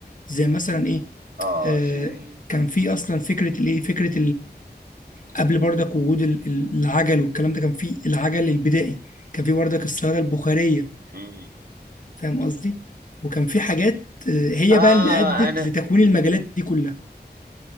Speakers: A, on the left (about 50°); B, on the right (about 60°).
A: زي مثلا ايه
B: آه
A: آه
B: جميل
A: كان في أصلا فكرة الايه فكرة قبل برضك وجود ال- ال- العجل والكلام ده كان في العجل البدائي كان في برضك الصيادة البخارية
B: مم.
A: فاهم قصدي وكان في حاجات آه، هي
B: آه
A: بقى اللي أدت
B: أنا
A: لتكوين المجالات دي كلها